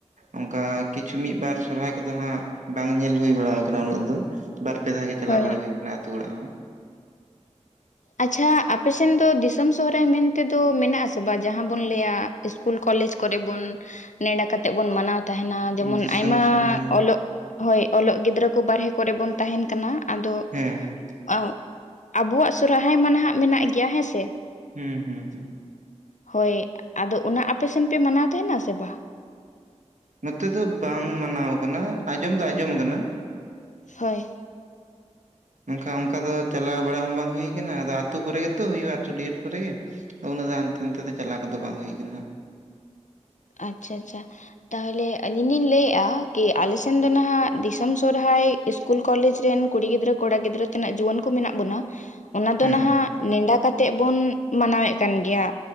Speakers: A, on the right; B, on the left.
A: ᱚᱱᱠᱟ ᱠᱤᱪᱷᱩ ᱢᱤᱫ ᱵᱟᱨ ᱥᱚᱨᱦᱟᱭ ᱠᱚᱫᱚ ᱦᱟᱸᱜ ᱵᱟᱝ ᱧᱮᱞ ᱦᱩᱭ ᱵᱟᱲᱟ ᱟᱠᱟᱱᱟ ᱩᱱᱟᱹᱜ ᱫᱚ ᱵᱟᱨ ᱯᱮ ᱫᱷᱟᱣ ᱜᱮ ᱪᱟᱣ
B: ᱦᱳᱭ
A: ᱵᱟᱲᱟ ᱦᱩᱭ ᱟᱠᱟᱱᱟ ᱟᱹᱛᱩ ᱚᱲᱟᱜ ᱦᱚᱸ
B: ᱟᱪ ᱪᱷᱟ ᱟᱯᱮᱥᱱ ᱫᱚ, ᱫᱤᱥᱚᱢ ᱥᱚᱦᱚᱨᱟᱭ ᱢᱮᱱ ᱛᱮᱫᱚ ᱢᱮᱱᱟᱜ ᱟᱥᱮ ᱵᱟᱝ ᱡᱟᱦᱟᱸ ᱵᱚᱱ ᱞᱟᱹᱭᱟ ᱤᱥᱠᱩᱞ, ᱠᱚᱞᱮᱡᱽ ᱠᱚᱨᱮ ᱵᱚᱱ ᱱᱮᱰᱟ ᱠᱟᱛᱮᱫ ᱵᱚᱱ ᱢᱟᱱᱟᱣ ᱛᱟᱦᱮᱱᱟ ᱡᱮᱢᱚᱱ
A: ᱫᱤᱥᱚᱢ
B: ᱟᱭᱢᱟᱻ
A: ᱥᱚᱨᱦᱟᱭ
B: ᱚᱞᱚᱜ ᱦᱳᱭ ᱚᱞᱚᱜ ᱜᱤᱫᱽᱨᱟᱹ ᱠᱚ ᱵᱟᱨᱦᱮ ᱠᱚᱨᱮ ᱵᱚᱱ ᱛᱟᱦᱮᱱ ᱠᱟᱱᱟ ᱟᱫᱚ
A: ᱦᱮᱸ
B: ᱟᱜ ᱟᱵᱚᱣᱟᱜ ᱥᱚᱨᱦᱟᱭ ᱢᱟ ᱱᱟᱦᱟᱜ ᱢᱮᱱᱟᱜ ᱜᱮᱭᱟ ᱦᱮᱸᱥᱮ
A: ᱦᱩᱸ ᱦᱩᱸ ᱦᱩᱸ
B: ᱦᱳᱭ, ᱟᱫᱚ ᱚᱱᱟ ᱟᱯᱮᱥᱱ ᱯᱮ ᱢᱟᱱᱟᱣ ᱛᱟᱦᱮᱱᱟ ᱥᱮ ᱵᱟᱝ
A: ᱱᱚᱛᱮ ᱫᱚ ᱵᱟᱝ ᱢᱟᱱᱟᱣ ᱠᱟᱱᱟ, ᱟᱸᱡᱚᱢ ᱫᱚ ᱟᱸᱡᱚᱢ ᱠᱟᱱᱟ
B: ᱦᱳᱭ
A: ᱢᱮᱱᱠᱷᱟᱱ ᱚᱱᱠᱟ ᱫᱚ ᱪᱟᱞᱟᱣ ᱵᱟᱲᱟ ᱦᱚᱸ ᱵᱟᱝ ᱦᱩᱭ ᱠᱟᱱᱟ ᱟᱫᱚ ᱟᱹᱛᱩ ᱠᱚᱨᱮᱜ ᱜᱮᱛᱚ ᱦᱩᱭᱩᱜᱼᱟ, ᱟᱹᱛᱩ ᱰᱤᱦᱚᱛ ᱠᱚᱨᱮᱜ ᱜᱮ ᱩᱱᱟᱹᱜ ᱫᱚ ᱦᱟᱱᱛᱮ ᱱᱟᱛᱮ ᱫᱚ ᱪᱟᱞᱟᱣ ᱠᱚᱫᱚ ᱵᱟᱝ ᱦᱩᱭ ᱟᱠᱟᱱᱟ
B: ᱟᱪ ᱪᱷᱟ ᱟᱪ ᱪᱷᱟ ᱛᱟᱦᱚᱞᱮ ᱟᱹᱞᱤᱧ ᱞᱤᱧ ᱞᱟᱹᱭᱮᱼᱟ ᱠᱤ, ᱟᱞᱮ ᱥᱮᱱ ᱫᱚ ᱱᱟᱦᱟᱜ ᱫᱤᱥᱚᱢ ᱥᱚᱨᱦᱟᱭ ᱤᱥᱠᱩᱞ ᱠᱚᱞᱮᱡᱽ ᱨᱤᱱ ᱠᱩᱲᱤ ᱜᱤᱫᱽᱨᱟᱹ ᱠᱚᱲᱟ ᱜᱤᱫᱽᱨᱟᱹ ᱛᱤᱱᱟᱹᱜ ᱡᱩᱣᱟᱹᱱ ᱠᱚ ᱢᱮᱱᱟᱜ ᱵᱚᱱᱟ ᱚᱱᱟ ᱫᱚ
A: ᱦᱟᱸᱜ
B: ᱱᱟᱦᱟᱜᱻ ᱱᱮᱰᱟ ᱠᱟᱛᱮ ᱛᱮᱫ ᱵᱚᱱ ᱢᱟᱱᱟᱣᱮᱫ ᱠᱟᱱ ᱜᱮᱭᱟ